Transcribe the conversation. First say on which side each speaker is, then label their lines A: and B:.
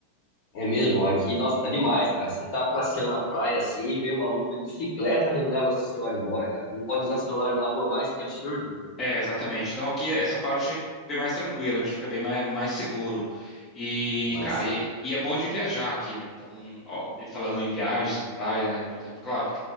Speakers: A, on the left (about 45°); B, on the left (about 30°).
A: É mesmo, aqui, nossa, tá demais, cara. Você tá passeando na praia assim e vê um maluco de bicicleta e leva seu celular embora, cara. Não pode usar celular na rua mais, que absurdo.
B: É, exatamente. Então aqui essa parte é bem mais tranquila, a gente fica bem mais, mais seguro. E,
A: Que massa.
B: cara, e, e é bom de viajar aqui, né? Então, ó, falando em viagens e praia, né? Por exemplo, claro, que,